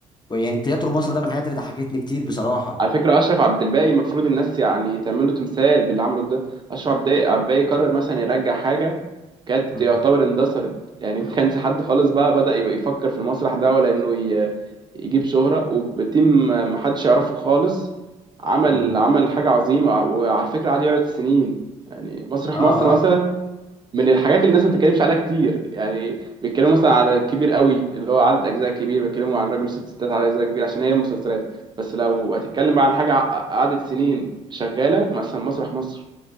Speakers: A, on the left; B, on the right.
A: ويعني تياترو مصر ده من الحاجات اللي ضحكتني كتير بصراحه
B: على فكرة أشرف عبد الباقي المفروض الناس يعني تعمل له تمثال باللي عمله ده أشرف عبد عبد الباقي قرر مثلا يرجع حاجة كانت
A: مم.
B: يعتبر اندثرت يعني ما كانش حد خالص بقى بدأ يبقى يفكر في المسرح ده ولا إنه ي- يجيب شهرة وتيم ما حدش يعرفه خالص عمل
A: مم.
B: عمل حاجة عظيمة وعلى فكرة قعد يعرض سنين يعني مسرح
A: اه
B: مصر مثلا
A: اه
B: من الحاجات اللي الناس ما بتتكلمش عليها كتير يعني بيتكلموا مثلا على الكبير قوي اللي هو عدد اجزاء كبير بيتكلموا عن راجل وست ستات على اجزاء كبير عشان هي مسلسلات بس لو هتتكلم بقى عن حاجه ع- قعدت سنين شغاله مثلا مسرح مصر